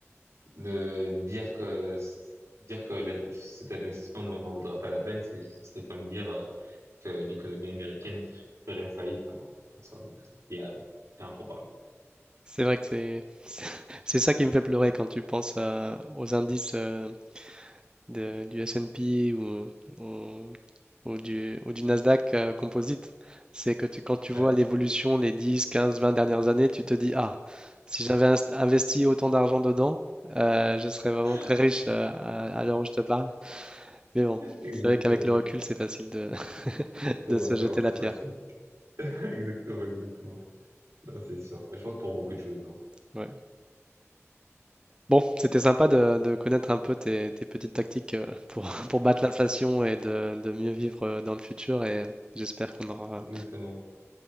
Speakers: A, on the right; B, on the right.
A: ne dire que, dire que la- cet investissement n'en n'en vaudra pas la peine, c'est- ce serait comme dire euh, que l'économie américaine ferait faillite. hein. Enfin, bon, en soi, donc, ce qui est un- c'est improbable.
B: C'est vrai que c'est <laughs> c'est ça qui me fait pleurer quand tu penses à- aux indices. euh, de- du S&P ou, ou- ou du, ou du Nasdaq euh, Composite, c'est que tu, quand tu vois
A: Ouais,
B: l'évolution les 10, 15, 20 dernières années, tu te dis, ah, si j'avais inst- investi autant d'argent dedans, euh, je serais vraiment
A: <laughs>
B: très riche euh, à, à l'heure où je te parle. Mais bon,
A: exactement.
B: c'est vrai qu'avec le
A: ouais.
B: recul, c'est facile de, <laughs>
A: C'est
B: de
A: vrai,
B: se
A: c'est
B: jeter
A: vrai, c'est
B: la pierre.
A: facile. <laughs> Exactement, exactement. Non, c'est sûr. Mais je pense pour beaucoup de choses, hein.
B: Ouais. Bon, c'était sympa de, de connaître un peu tes, tes petites tactiques euh, pour, <laughs> pour battre l'inflation et de, de mieux vivre euh, dans le futur et j'espère qu'on aura
A: Exactement.